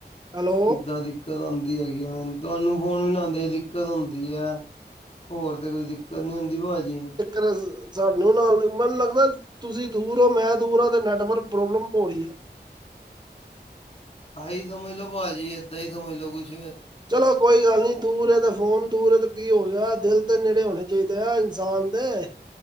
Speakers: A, on the right; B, on the left.
A: ਹੈਲੋ
B: ਕਿੱਦਾਂ ਦੀ ਦਿੱਕਤ ਆਂਦੀ ਹੈਗੀ ਆ, ਤੁਆਨੂੰ ਫੋਨ ਮਿਲਾਂਦੇ ਈ ਦਿੱਕਤ ਆਓਂਦੀ ਐ। ਹੋਰ ਤੇ ਕੋਈ ਦਿੱਕਤ ਨੀਂ ਹੁੰਦੀ ਭਾਜੀ।
A: ਬਸ। ਸਾਨੂੰ ਨਾਲ, ਮੈਨੂੰ ਲੱਗਦਾ ਤੁਸੀਂ ਦੂਰ ਓ, ਮੈਂ ਦੂਰ ਆਂ ਤੇ ਨੈਟਵਰਕ ਪ੍ਰੋਬਲਮ ਹੋ ਰੀ।
B: ਆਹੀ ਸਮਝ ਲੋੋ ਭਾਜੀ, ਏਦਾਂ ਈ ਸਮਝ ਲੋ ਕੁੱਛ।
A: ਚਲੋ ਕੋਈ ਗੱਲ ਨੀਂ। ਦੂਰ ਐ ਤੇ ਫੋਨ ਦੂਰ ਐ ਤੇ ਕੀ ਹੋ ਗਿਆ, ਦਿਲ ਤੇ ਨੇੜੇ ਹੋਣੇ ਚਾਈਦੇ ਆ ਇੰਨਸਾਨ ਦੇ।